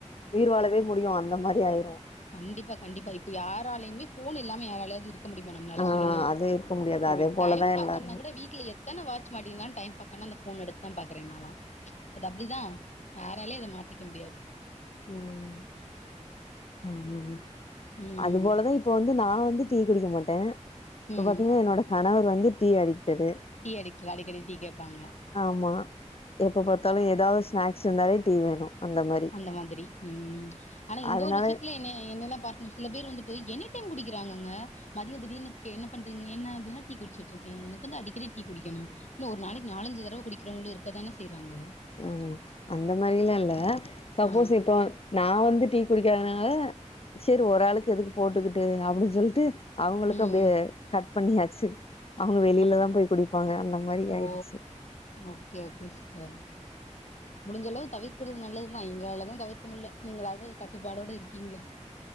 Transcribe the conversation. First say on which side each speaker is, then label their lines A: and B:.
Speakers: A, on the left (about 50°); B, on the left (about 65°).
A: உயிர் வாழவே முடியு அந்த மாரி ஆயிரு
B: கண்டிப்பா கண்டிப்பா இப்ப யாராலையுமே ஃபோன் இல்லாம யாராலயாவது இரு க்க முடியுமா நம்னால
A: ஆ
B: சொல்லுங்க
A: அது இருக்க முடியாது
B: ஒரு
A: அதே போலதா
B: டைம் பாக்கர்னா
A: எல்லாருமே
B: கூட வீட்ல எத் தான வாட்ச் மாட்டிந்தா டைம் பாக்கனா அந்த ஃபோன் எடுத்தா பாக்ற நாளா அது அப்டிதா யாராலையு அத மாத்திக்க முடியாது
A: ம் ம் ம் ம்
B: ம்
A: அது போலதா இப்ப வந்து நா வந்து டீ குடிக்க மாட்ட இப்ப
B: ம்
A: பாத்தீங்கனா என்னோட கணவர் வந்து டீ அடிக்டடு
B: டீ அடிக்கல அடிக்கடி டீ கேப்பாங்க
A: ஆமா எப்ப பாத்தாலு ஏதாவத் ஸ்நாக்ஸ் இருந்தாலே டீ வேணு அந்த மாரி
B: இந்த மாதிரி ம் ஆனா இந்த
A: அதனால
B: ஒரு விஷியத்துல என்ன என்னன பாட் நியூஸ் சில பேர் வந்துட்டு எனி டைம் குடிக்கிறாங்கங்க மதிய தீடிர்னு‌ கே என்ன பண்றீங்க என்ன அப்டின்னா டீ குடிச்சிட்ருக்கே எனக்குந்தா அடிக்கடி டீ குடிக்கனு இன்னு ஒரு நாளைக்கு நாலஞ்சி தரவ குடிக்கிறவங்களு இருக்க தான செய்றாங்க
A: ம் ஆமா அந்த மாரில்லா இல்ல சப்போஸ்
B: ஆ
A: இப்போ நா வந்து டீ குடிக்காதனால சேரி ஒரு ஆளுக்கு எதுக்கு போட்டுக்கிட்டு அப்டின் சொல்லிட்டு அவுங்களுக்கு
B: ம்
A: அப்டியே கட் பண்ணியாச்சி அவுங்க
B: ம்
A: வெளியில
B: அது
A: தா போய் குடிப்பாங்க அந்த மாரி
B: ஓ
A: ஆயிருச்சு
B: ஓகே ஓகே சிஸ்டர் முடிஞ்சளவு தவிர்க்கிறது நல்லது தா எங்களால தா தவிர்க்க முல்ல நீங்களாவது கட்டுப்பாடோட இருக்கீங்ளே